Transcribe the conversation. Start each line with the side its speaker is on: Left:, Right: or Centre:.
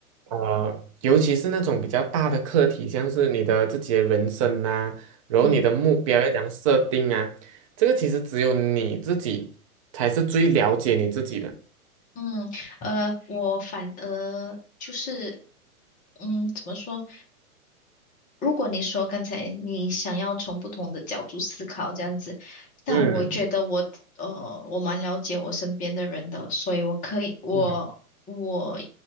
Right: 呃，尤其是那种比较大的课题，像是你的自己的人生啊，然后你的目标要怎样设定啊，
Left: 嗯
Right: 这个其实只有你自己才是最了解你自己的。
Left: 嗯，呃，我反而就是，嗯，怎么说？如果你说刚才你想要从不同的角度思考这样子，但我觉得我呃我蛮了解我身边的人的，
Right: 嗯
Left: 所以我可以我我
Right: 嗯